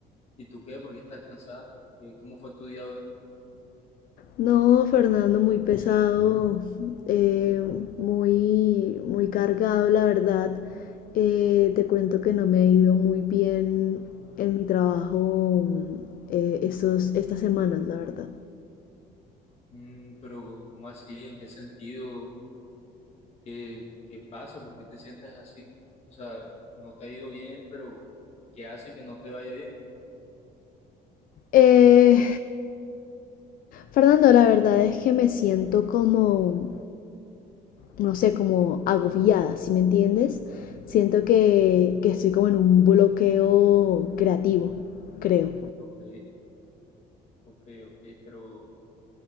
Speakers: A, on the left (about 40°); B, on the left (about 55°).
A: ¿Y tú qué? ¿Por qué estás cansada? Eh, ¿Cómo fue tu día hoy?
B: No, Fernando, muy pesado, eh, muy, muy cargado, la verdad. Eh, te cuento que no me ha ido muy bien en mi trabajo eh, estos- estas semanas, la verdad.
A: Mm, pero ¿cómo así? ¿En qué sentido? ¿Qué, qué pasa? ¿Por qué te sientes así? O sea, no te ha ido bien, pero ¿qué hace que no te vaya bien?
B: Eh, Fernando, la verdad es que me siento como no sé, como agobiada, ¿sí me entiendes? Siento que, que estoy como en un bloqueo creativo, creo.
A: Ok, ok, ok, pero